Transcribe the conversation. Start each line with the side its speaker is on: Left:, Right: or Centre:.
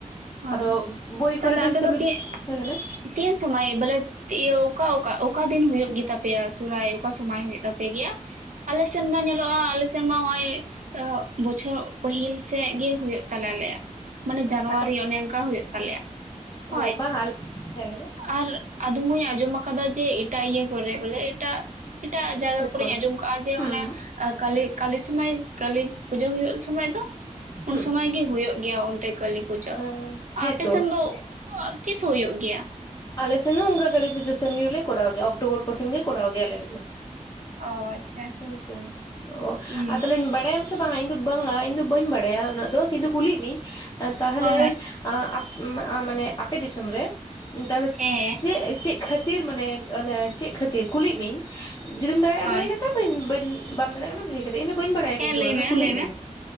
Right: ᱦᱳᱭ
Left: ᱟᱫᱚ ᱵᱳᱭ
Right: ᱛᱟᱦᱞᱮ
Left: ᱠᱚᱨᱮ ᱫᱚ
Right: ᱟᱯᱮ
Left: ᱦᱤᱥᱟᱹᱵᱽ ᱨᱮᱫ
Right: ᱛᱤᱱ
Left: ᱦᱮᱸ ᱞᱟᱹᱭ ᱢᱮ᱾
Right: ᱛᱤᱱ ᱥᱚᱢᱚᱭ ᱵᱚᱞᱮ ᱛᱮ ‌ᱤᱭᱟᱹ ᱚᱠᱟ ᱚᱠᱟ ᱚᱠᱟ ᱫᱤᱱ ᱦᱩᱭᱩᱜ ᱜᱮᱛᱟ ᱯᱮᱭᱟ ᱥᱚᱨᱦᱟᱭ ᱚᱠᱟ ᱥᱚᱢᱟᱭ ᱦᱩᱭᱼᱼ ᱛᱟᱯᱮ ᱜᱮᱭᱟ ᱟᱞᱮ ᱥᱮᱱ ᱢᱟ ᱧᱮᱞᱚᱜ-ᱟ ᱟᱞᱮᱼᱼ ᱥᱮᱱ ᱢᱟ ᱱᱚᱜ-ᱚᱭ ᱚᱜ ᱵᱚᱪᱷᱚᱨ ᱯᱟᱹᱦᱤᱞ ᱥᱮᱜ ᱜᱮ ᱦᱚᱭᱚᱜ ᱛᱟᱞᱮ ᱟᱞᱮᱭᱟᱜ᱾ ᱢᱟᱱᱮ
Left: ᱚᱱᱮ
Right: ᱡᱟᱱᱣᱟᱨᱤ
Left: ᱥᱟᱠᱟᱢ
Right: ᱚᱱᱮ ᱚᱱᱠᱟ ᱦᱩᱭᱩᱜ ᱛᱟᱞᱮᱭᱟ ᱦᱚᱭ,
Left: ᱚ ᱵᱟᱝ ᱦᱮᱸ ᱞᱟᱹᱭ ᱢᱮ
Right: ᱟᱨᱼᱼ ᱟᱫᱚᱢ ᱦᱩᱧ ᱟᱸᱡᱚᱢ ᱟᱠᱟᱫᱟ ᱡᱮ ᱮᱴᱟᱜ ᱤᱭᱟᱹ ᱠᱚᱨᱮ ᱵᱚᱞᱮ ᱮᱴᱟᱜᱼᱼ ᱮᱴᱟᱜ ᱡᱟᱭᱜᱟ
Left: ᱥᱴᱮᱴ
Right: ᱠᱚᱨᱤᱧ
Left: ᱠᱚᱨᱮ
Right: ᱟᱸᱡᱚᱢ ᱠᱟᱜᱼᱟ ᱡᱮ
Left: ᱦᱩᱸ
Right: ᱚᱱᱮᱼᱼ ᱟᱨ ᱠᱟᱞᱤ ᱠᱟᱞᱤ ᱥᱚᱢᱟᱹᱭ ᱠᱟᱹᱞᱤ ᱯᱩᱡᱟᱹ ᱦᱩᱭᱩᱜ ᱥᱚᱢᱟᱹᱭ ᱫᱚ
Left: ᱦᱩᱸ
Right: ᱩᱱ ᱥᱚᱢᱟᱹᱭ ᱜᱮ ᱦᱚᱭᱩᱜᱼᱼ ᱚᱱᱛᱮ ᱠᱟᱹᱞᱤ ᱯᱩᱡᱟᱹ
Left: ᱦᱩᱸ ᱦᱮᱸᱛᱚ
Right: ᱟᱯᱮ ᱥᱮᱱ ᱫᱚ ᱚᱻ ᱛᱤᱥ ᱦᱩᱭᱩᱜ ᱜᱮᱭᱟ?
Left: ᱟᱞᱮ ᱥᱮᱱ ᱦᱚᱸ ᱚᱱᱠᱟ ᱠᱟᱹᱞᱤ ᱯᱩᱡᱟᱹ ᱥᱮᱱ ᱜᱮᱞᱮ ᱠᱚᱨᱟᱣ ᱜᱮᱭᱟ ᱚᱠᱴᱳᱵᱚᱨ ᱠᱚ ᱥᱮᱱ ᱜᱮ ᱠᱚᱨᱟᱣ ᱜᱮᱭᱟ ᱞᱮ ᱟᱞᱮ‌ ᱫᱚ᱾
Right: ᱚ ᱟᱪᱪᱷᱟ
Left: ᱦᱩᱸ ᱥᱮ ᱚ
Right: ᱦᱩᱸ
Left: ᱟᱨ ᱛᱟᱦᱚᱞᱮᱧ ᱵᱟᱲᱟ ᱭᱟᱢᱼᱼ ᱥᱮ ᱵᱟᱝᱟ ᱤᱧ ᱫᱚ ᱵᱟᱝᱟ ᱤᱧ ᱫᱚ ᱵᱟᱹᱧ ᱵᱟᱲᱟᱭᱟ ᱩᱱᱟᱹᱜ ᱫᱚ ᱠᱤᱱᱛᱩ ᱠᱩᱞᱤ ᱭᱤᱜ ᱢᱤᱭᱤᱧ ᱛᱟᱦᱚᱞᱮᱼᱼ
Right: ᱦᱳᱭ ᱦᱳᱭ
Left: ᱟᱸᱻ ᱟᱯ ᱢᱟ ᱢᱟᱱᱮ ᱟᱯᱮ ᱫᱤᱥᱚᱢ ᱨᱮ ᱛᱟᱦᱚᱞᱮ
Right: ᱦᱮᱸ
Left: ᱪᱮᱜ ᱪᱮᱜ ᱠᱷᱟᱹᱼᱼ ᱛᱤᱨ ᱢᱟᱱᱮ ᱚᱱᱮ ᱪᱮᱜ ᱠᱷᱟᱹᱛᱤᱨ ᱠᱩᱞᱤ ᱭᱤᱜ ᱢᱤᱭᱤᱧ ᱡᱩᱫᱤᱢ ᱫᱟᱲᱮᱭᱟᱜ-ᱟ
Right: ᱦᱳᱭ
Left: ᱵᱷᱟᱹᱜᱤ ᱠᱟᱛᱷᱟ᱾ ᱵᱟᱹᱧ ᱵᱟᱹᱧ ᱵᱟᱢ ᱫᱟᱲᱮᱭᱟᱜ ᱠᱟᱱᱟ ᱵᱷᱟᱜᱤ ᱠᱟᱛᱼᱼ ᱫᱚ ᱤᱧᱫᱚ ᱵᱟᱹᱧ ᱵᱟᱲᱟᱭᱟ
Right: ᱦᱮᱸ
Left: ᱠᱤᱱᱛᱩ
Right: ᱞᱟᱹᱭ
Left: ᱚᱱᱟ ᱫᱚ
Right: ᱢᱮ
Left: ᱠᱩᱞᱤᱭᱤᱜ
Right: ᱞᱟᱹᱭ ᱢᱮ
Left: ᱢᱤᱭᱤᱧ